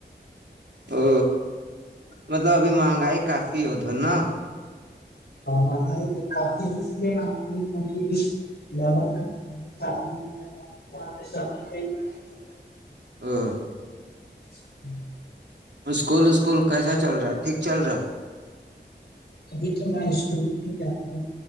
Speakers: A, on the right; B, on the left.
A: او مطلب ابھی مہنگائی کافی ادر ن
B: فے
A: اور پڑے ہاں
B: <unintelligible>
A: اسکول اسکول کیسا چل رہا ہے ٹھیک چل رہا
B: ابھی تو میں اسکول میں نہیں جا ہوں